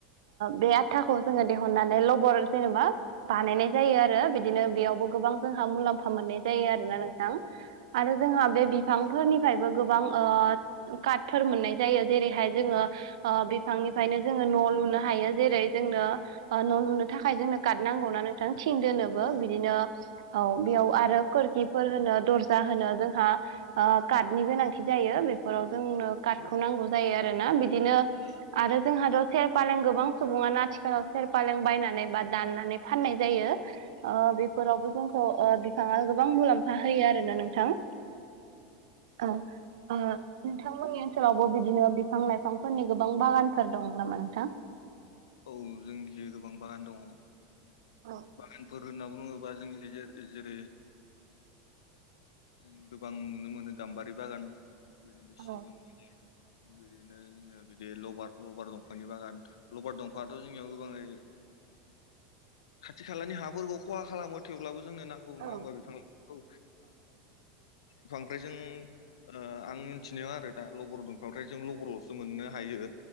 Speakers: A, on the right (about 80°); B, on the left (about 85°).
A: बे थाखौ जोङो दिहुननानै लबर जेनेबा बानायनाय जायो आरो बिदिनो बेयावबो गोबां जोंहा मुलाम फा मोननाय जायो आरोना नोंथां बिफांफोरनिफ्रायबो गोबां काटफोर मोननाय जायो जेरैहाय जोङो बिफांनि निफ्रायनो जोङो न' लुनो हायो जेरै जोंनो न' लुनो थाखाय जोंनो कात नांगौना नोंथां थिं दोनोबो
B: औ
A: बिदिनो औ बेयाव आरो खोरखिफोर होनो दर्जा होनो जोंहा कातनि गोनांथि जायो बेफोराव जोंनो कातखौ नांगौ जायो आरोना बिदिनो बिदिनो
B: औ
A: आरो जोंहाथ' सेर फालें गोबां सुबुङाना आथिखालाव सेर पालें बायनानै बा दाननानै फाननाय जायो बेफोरावबो जोंखौ बिफाङा गोबां मुलाम्फा होयो आरोना नोंथां
B: औ
A: औ नोंथांमोननि ओनसोलावबो बिदिनो बिफां लाइफांफोरनि गोबां बागानफोर दं नामा नोंथां
B: औ जोंनि जि गोबां बागान दङ
A: औ
B: बागान फोर होनना बुङोब्ला जों जेरै जों गोबां नुनो मोनो गाम्बारि बागान बिदिनो
A: औ
B: सिगुन बिदिनो जोङो बिदि लबार लबार दंफांनि बागान लबार दंफाङाथ' जोंनियाव गोबाङै खाथि खालानि हाफोरखौ खहा खालामो थेवब्लाबो जोंनो नांगौ नङा
A: औ
B: होमबा बिफां लाइफांखौ बिफांफ्राय जों आं मिथिनायाव आरो ना लबर दफांनिफ्राय जों लबरल'सो मोननो हायो